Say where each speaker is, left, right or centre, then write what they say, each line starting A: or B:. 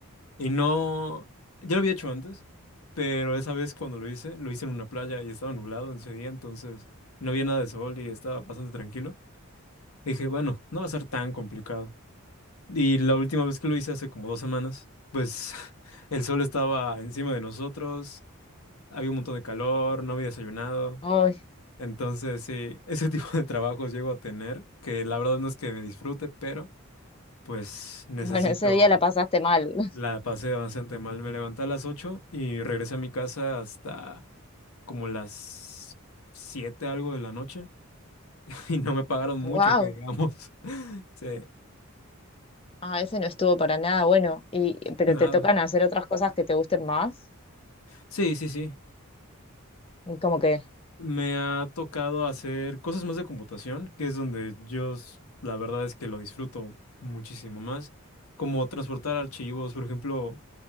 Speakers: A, on the left; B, on the left.
A: y no, ya lo había hecho antes, pero esa vez cuando lo hice, lo hice en una playa y estaba nublado ese día, entonces no había nada de sol y estaba bastante tranquilo. Y dije, bueno, no va a ser tan complicado. Y la última vez que lo hice hace como dos semanas, pues <laughs> el sol estaba encima de nosotros, había un montón de calor, no había desayunado.
B: Ay,
A: Entonces, sí, ese <laughs> tipo de trabajos llego a tener, que la verdad no es que me disfrute, pero pues necesito,
B: bueno, ese día la pasaste mal. <laughs>
A: la pasé bastante mal. Me levanté a las 8 y regresé a mi casa hasta como las 7 algo de la noche <laughs> y no me pagaron mucho,
B: Wow.
A: que digamos. <laughs> Sí,
B: Ah, ese no estuvo para nada bueno. Y, pero
A: nada.
B: te tocan hacer otras cosas que te gusten más.
A: Sí, sí, sí.
B: Y como que,
A: Me ha tocado hacer cosas más de computación, que es donde yo, s- la verdad es que lo disfruto muchísimo más como transportar archivos, por ejemplo,